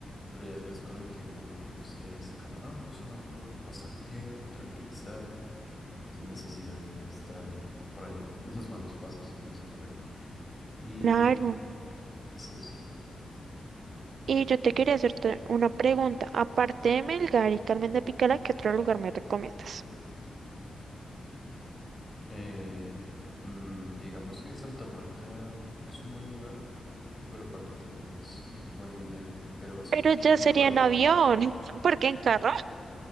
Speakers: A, on the left; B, on the right.
A: Pero ya después con el tiempo uno pues ya dice como, no, yo solo vengo a pasar el tiempo, a tranquilizarme. sin necesidad de estar eh, por ahí en los malos pasos, como dicen por ahí. Y
B: Claro.
A: es eso.
B: Y yo te quería hacerte una pregunta. Aparte de Melgar y Carmen de Picala, ¿qué otro lugar me recomiendas?
A: Eh, mm, digamos que Santa Marta es un buen lugar, pero cuando tienes un buen dinero, pero es
B: Pero
A: un poquitico
B: ya sería
A: alejado.
B: en avión, <laughs> porque en carro